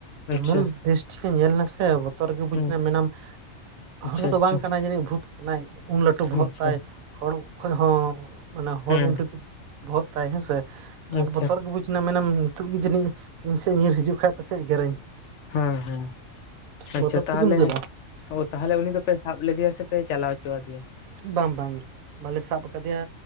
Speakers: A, on the left (about 70°); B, on the right (about 85°).
A: ᱟᱪᱪᱷᱟ
B: ᱮᱢᱚᱱ
A: ᱟᱪᱪᱷᱟ
B: ᱵᱮᱥ ᱴᱷᱤᱠᱮ ᱧᱮᱞ ᱮᱱᱟ ᱥᱮ ᱵᱚᱛᱚᱨᱜᱮ ᱵᱩᱡᱽ
A: ᱦᱮᱸ
B: ᱮᱱᱟ ᱢᱮᱱᱟᱢ
A: ᱟᱪᱪᱷᱟ
B: ᱦᱚᱨᱚ ᱫᱚ
A: ᱟᱪᱪᱷᱟ
B: ᱵᱟᱝ ᱠᱟᱱᱟᱭ ᱡᱟᱹᱱᱤᱡ ᱵᱷᱩᱛ ᱠᱟᱱᱟᱭ ᱩᱱ ᱞᱟᱹᱴᱩ
A: ᱟᱪᱪᱷᱟ
B: ᱵᱷᱚᱦᱚᱜ ᱛᱟᱭ ᱦᱚᱲ ᱩᱵ ᱠᱷᱚᱡ ᱦᱚᱸ ᱢᱟᱱᱮ ᱦᱚᱲ
A: ᱦᱮᱸ
B: ᱩᱱᱛᱤᱛᱤᱡ ᱵᱚᱦᱚᱜ ᱛᱟᱭ ᱦᱮᱸᱥᱮ ᱟᱨ
A: ᱟᱪᱪᱷᱟ
B: ᱵᱚᱛᱚᱨ ᱜᱮ ᱵᱩᱡᱽ ᱮᱱᱟ ᱢᱮᱱᱟᱢ ᱱᱤᱛᱚᱜ ᱜᱮ ᱡᱟᱹᱱᱤᱡ ᱤᱧ ᱥᱮᱫ ᱮ ᱧᱤᱨ ᱦᱤᱡᱩᱜ ᱠᱷᱟᱱ ᱯᱟᱪᱮᱫ ᱮ ᱜᱮᱨᱤᱧ
A: ᱦᱩᱸ ᱦᱩᱸ ᱟᱪᱪᱷᱟ
B: ᱵᱚᱛᱚᱨ
A: ᱛᱟᱦᱚᱞᱮ
B: ᱛᱮᱜᱮᱢ ᱫᱟᱹᱲᱟ
A: ᱚ ᱛᱟᱦᱚᱞᱮ ᱩᱱᱤ ᱫᱚᱯᱮ ᱥᱟᱵ ᱞᱮᱫᱮᱭᱟ ᱥᱮᱯᱮ ᱪᱟᱞᱟᱣ ᱦᱚᱪᱚᱣᱟᱫᱮᱭᱟ᱾
B: ᱵᱟᱝ ᱵᱟᱝ᱾ ᱵᱟᱞᱮ ᱥᱟᱵ ᱟᱠᱟᱫᱮᱭᱟ